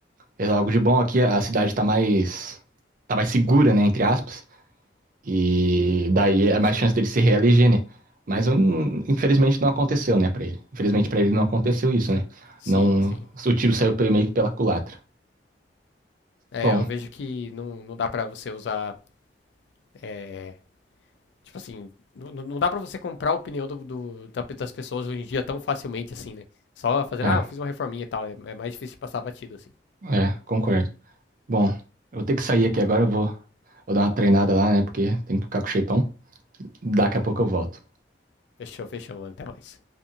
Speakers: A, on the right; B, on the left.
A: Fez algo de bom aqui, a cidade tá mais, tá mais segura, né, entre aspas, e daí é mais
B: Sim,
A: chance dele se reeleger, né? Mas hum, infelizmente não aconteceu, né, pra ele. Infelizmente pra ele não aconteceu isso, né?
B: sim,
A: Não,
B: sim.
A: o tiro saiu pelo- meio que pela culatra.
B: É,
A: Bom,
B: eu vejo que não, não dá pra você usar, é, tipo assim, não, não não dá pra você comprar a opinião do, do- da- das pessoas hoje em dia tão facilmente, assim, né? Só fazendo,
A: é,
B: ah, eu fiz uma reforminha e tal, é, é mais difícil de passar batido, assim.
A: é, concordo. Bom, eu vou ter que sair aqui agora, eu vou, vou dar uma treinada lá, né? Porque tem que ficar com o shapeão. Daqui a pouco eu volto.
B: Fechou, fechou, mano, até mais.